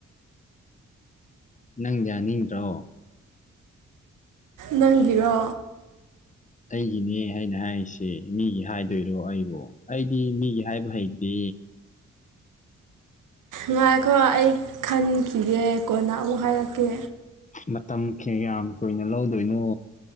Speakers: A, on the left; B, on the right.
A: ꯅꯪ ꯌꯥꯅꯤꯡꯗ꯭ꯔꯣ
B: ꯅꯪꯒꯤꯔꯣ
A: ꯑꯩꯒꯤꯅꯦ ꯍꯥꯏꯅ ꯍꯥꯏꯔꯤꯁꯤ ꯃꯤꯒꯤ ꯍꯥꯏꯗꯣꯏꯔꯣ ꯑꯩꯕꯨ ꯑꯩꯗꯤ ꯃꯤꯒꯤ ꯍꯥꯥꯏꯕ ꯍꯩꯇꯦ
B: ꯉꯥꯏꯈꯣ ꯑꯩ ꯈꯟꯈꯤꯒꯦ ꯀꯣꯟꯅ ꯑꯃꯨꯛ ꯍꯥꯏꯔꯛꯀꯦ
A: ꯃꯇꯝ ꯀꯌꯥꯝ ꯀꯨꯏꯅ ꯂꯧꯗꯣꯏꯅꯣ